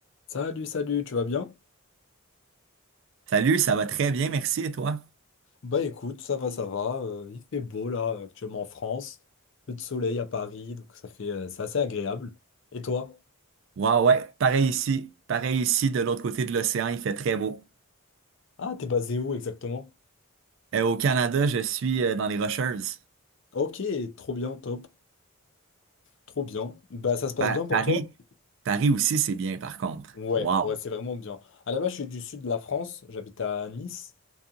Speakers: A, on the left (about 55°); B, on the right (about 55°).
A: Salut, salut, tu vas bien?
B: Salut, ça va très bien, merci, et toi?
A: Bah écoute, ça va, ça va. euh, il fait beau là, actuellement en France. Peu de soleil à Paris, donc ça fait, euh, c'est assez agréable. Et toi?
B: Ouais, ouais, pareil ici. Pareil ici, de l'autre côté de l'océan, il fait très beau.
A: Ah, t'es basé où exactement?
B: Euh, au Canada, je suis euh, dans les Rocheuses.
A: Ok, trop bien, top, trop bien. Bah ça se passe
B: Pa-
A: bien pour
B: Paris,
A: toi?
B: Paris aussi, c'est bien par contre.
A: Ouais,
B: Wow.
A: ouais, c'est vraiment bien. À la base, je suis du sud de la France, j'habite à Nice,